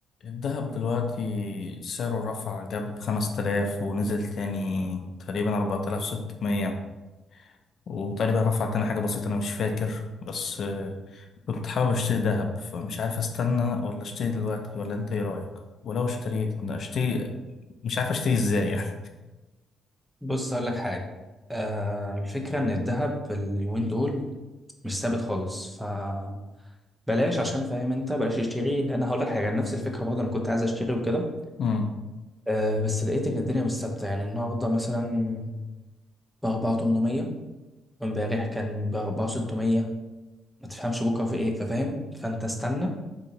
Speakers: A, on the left; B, in the centre.
A: الذهب دلوقتي سعره رفع جاب خمس تلاف ونزل تاني تقريبا أربعة آلاف ستمية وتقريبا رفع تاني حاجة بسيطة أنا مش فاكر بس آه، كنت حابب أشتري دهب فمش عارف أستنى ولا أشتري دلوقتي ولا أنت إيه رأيك؟ ولو اشتريت ده أشتري مش عارف أشتري إزاي يعني
B: بص هقول لك حاجة آه الفكرة إن الذهب اليومين دول مش ثابت خالص فبلاش عشان فاهم أنت بلاش تشتري لأن هقول لك حاجة نفس الفكرة برضه أنا كنت عايز أشتري وكده
A: مم.
B: آه بس لقيت إن الدنيا مش ثابتة يعني النهاردة مثلا ب 4800 وإمبارح كان ب 4600 ما تفهمش بكرة في إيه ففاهم فأنت استنى